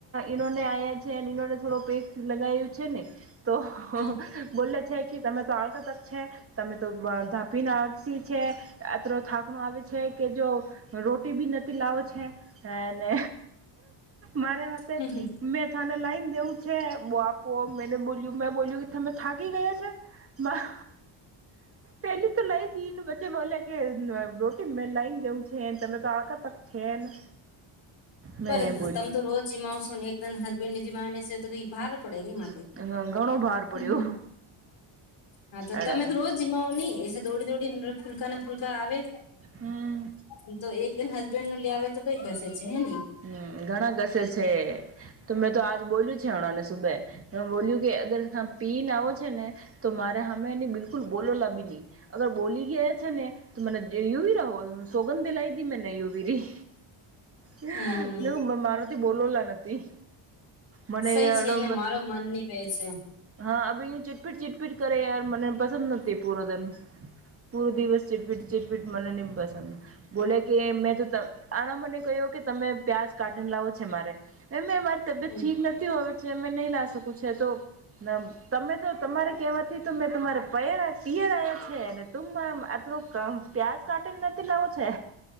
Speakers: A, on the right; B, on the left.
A: ઈનો ને આયા છેને ઈનોને થોડો વિક્સ લગાવું છે ને તો
B: હમ
A: બોલે છે કે તમે તો આળકા તક છે તમે તો ધાપ- પીન આળસી છે અત્રો થાકણો આવે છે કે જો રોટી ભી નથી લાવો છે. હે ને મારે માટેથે
B: હમ
A: મેં થાને લઇને દેવું છે બાપ પોમ મેને બોલ્યું મે બોલ્યું કે તમે થાકી ગયા છે મા પેલી લઈ દઈને વચ્ચે બોલે કે રોટી મે લઈને દેવું છે ને તમે તો આળકા તક છે ને
B: ઊભા
A: મેં
B: રેજો તમે તો રોજ જીમ આવશો ને એકદમ હસબેન્ડ જીમાને છે તો કઇ ભારે પડે કઇ માતે,
A: બોલ્યું ઘણો ભાર
B: હ
A: પડ્યો
B: હ, હા તો
A: એડા
B: તમે રોજ જીમાવ નહી એ દોડી દોડી ફૂલકા ને ફૂલકા આવે
A: હમ
B: મ તો એક હસબેન્ડ નું લે આવે તો કઈ કસે છે હે ને
A: હમ્મ ઘણા દસે છે તો મેં તો આજ બોલ્યું છે આમણે સુબે બોલ્યું કે અગર પીને આવો છે ને તો મારે અ હમે એની બિલકુલ બોલોલા બી નહીં અગર બોલી ગયા છે ને ત મને દૂરી રાહો સોગન દે લઈ દી મેને યુવી રહી મે
B: હમ
A: કહ્યું કે મારાથી બોલોલા નથી મને
B: સહી
A: એડો
B: છે ને મારો મન ની વે છે
A: હા અ બઉ ચિટપિટ ચિટપિટ કર યાર મને પસંદ નથી કે પૂરો દીન પૂરો દિવસ ચિટપીટ ચિટપીટ મને નહી પસંદ બોલે કે મેં તો આના મને કહ્યો કે તમે પ્યાજ કાઢીને લાવો છે એમે મારે તબિયત
B: હમ
A: ઠીક નથી હોવે છે મેં નહીં લા શકું છે તો તમે તો તમારે કેવાથી તો મેં તમારે પયર પિયર આયા છે કેમ આતરો કમ પ્યાજ કાટી ને નથી લાવો છે